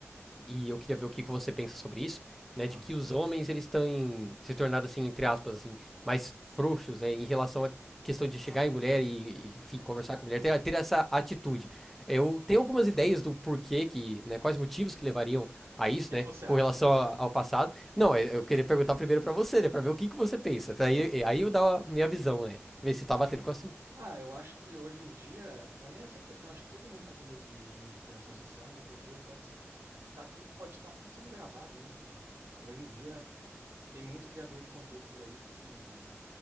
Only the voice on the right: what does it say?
Ah.
O que,
que você
acha
sobre isso?
Ah, eu acho que hoje em dia, não é nem essa questão, acho que todo mundo tá com medo de muita interação social, né, porque pode tá tudo pode estar tá tudo sendo gravado, né, cara? Hoje em dia tem muito criador de conteúdo por aí que